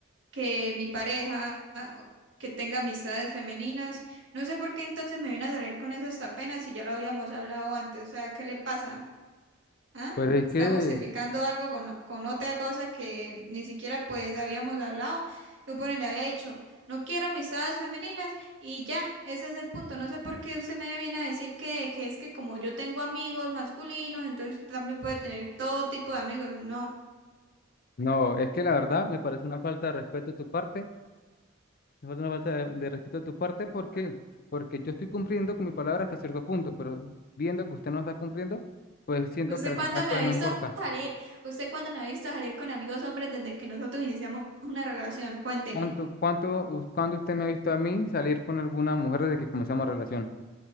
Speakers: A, on the right (about 65°); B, on the left (about 45°).
A: que mi pareja ah, que tenga amistades femeninas. No sé por qué entonces me viene a salir con eso hasta apenas si ya lo habíamos hablado antes. O sea, ¿qué le pasa? ¿Ah?
B: Pero es
A: Está
B: que,
A: justificando algo con, con otra cosa que ni siquiera pues habíamos hablado. Supone, le había dicho, no quiero amistades femeninas y ya, ese es el punto. No sé por qué usted me viene a decir que, que es que como yo tengo amigos masculinos, entonces también puede tener todo tipo de amigos. No.
B: no, es que la verdad me parece una falta de respeto de tu parte, me falta una falta de, de respeto de tu parte, ¿por qué? Porque yo estoy cumpliendo con mi palabra hasta cierto punto, pero viendo que usted no está cumpliendo, pues siento
A: ¿Usted
B: que al
A: cuándo
B: final
A: me
B: pues
A: ha
B: no
A: visto
B: importa.
A: salir? ¿Usted cuándo me ha visto salir con amigos hombres desde que nosotros iniciamos una relación? Cuénteme.
B: ¿Cuánto, cuánto, us- cuándo usted me ha visto a mí salir con alguna mujer desde que comenzamos relación?